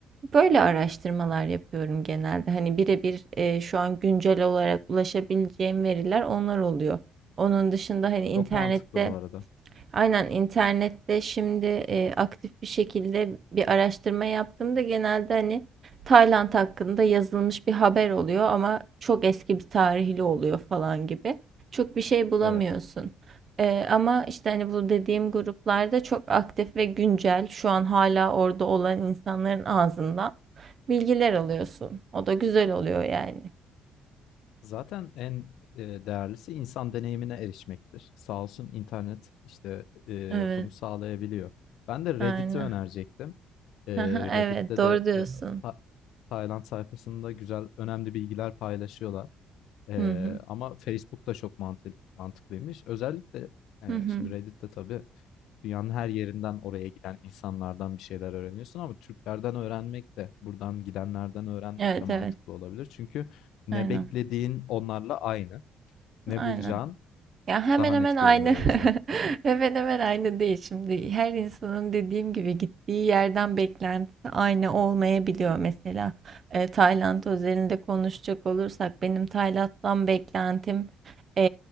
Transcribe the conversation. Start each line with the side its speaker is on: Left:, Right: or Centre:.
Right: Böyle araştırmalar yapıyorum genelde. Hani birebir e, şu an güncel olarak ulaşabileceğim veriler onlar oluyor. Onun dışında hani internette
Left: Çok mantıklı bu arada.
Right: Aynen internette şimdi e, aktif bir şekilde bir araştırma yaptığımda genelde hani Tayland hakkında yazılmış bir haber oluyor ama çok eski bir tarihli oluyor falan gibi. Çok bir şey bulamıyorsun.
Left: Evet.
Right: E, ama işte hani bu dediğim gruplarda çok aktif ve güncel şu an hala orada olan insanların ağzından bilgiler alıyorsun. O da güzel oluyor yani.
Left: Zaten en e, değerlisi insan deneyimine erişmektir. Sağ olsun internet işte e,
Right: Evet,
Left: bunu sağlayabiliyor. Ben de
Right: aynen.
Left: Reddit'i önerecektim. E,
Right: <laughs> Evet,
Left: Reddit'te
Right: doğru
Left: de
Right: diyorsun.
Left: e, Ta- Tayland sayfasında güzel, önemli bilgiler paylaşıyorlar. Eee,
Right: Hı hı.
Left: ama Facebook da çok mantı mantıklıymış. Özellikle, eee,
Right: Hı hı.
Left: şimdi Reddit'te tabii dünyanın her yerinden oraya giden insanlardan bir şeyler öğreniyorsun ama Türklerden öğrenmek de, buradan gidenlerden öğrenmek
Right: Evet,
Left: de mantıklı
Right: evet.
Left: olabilir. Çünkü ne
Right: Aynen.
Left: beklediğin onlarla aynı, ne
Right: Aynen.
Left: bulacağın
Right: Ya hemen
Left: daha
Right: hemen
Left: net
Right: aynı.
Left: görünür o
Right: <laughs>
Left: yüzden.
Right: Hemen hemen aynı değil şimdi. Her insanın dediğim gibi gittiği yerden beklentisi aynı olmayabiliyor. Mesela e, Tayland özelinde konuşacak olursak benim Tayland'dan beklentim e,